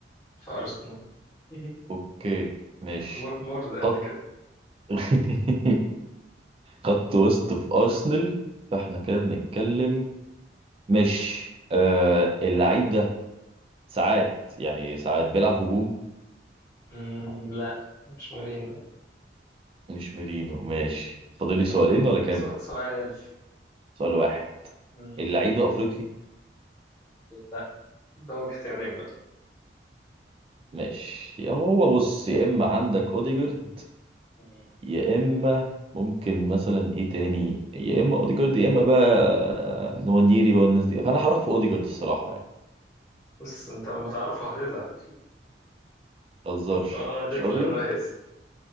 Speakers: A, on the left; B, on the right.
A: في أرسنال <laughs>
B: اوكي ماشي
A: مر- مرز أنت
B: خط
A: كده
B: <laughs> خط وسط في ارسنال فاحنا كده بنتكلم مش آه اللعيب ده ساعات يعني ساعات بيلعب هجوم
A: <laughs> أمم، لا مش مورينو
B: مش ميرينو ماشي فاضل لي سؤالين ولا كام
A: سو- سؤال
B: سؤال واحد
A: أمم،
B: اللعيب ده افريقي
A: لا قدامك اختيارين
B: ماشي يا هو بص يا اما عندك اوديجارد
A: بقى
B: يا اما ممكن مثلا ايه تاني يا اما اوديجارد يا اما بقى آه، نوانيري بقى والناس دي فانا هروح في اوديجارد الصراحه يعني
A: بص انت لما تعرفه هتزعل
B: ما تهزرش
A: اه ديكلان
B: مش اوديجارد
A: رايس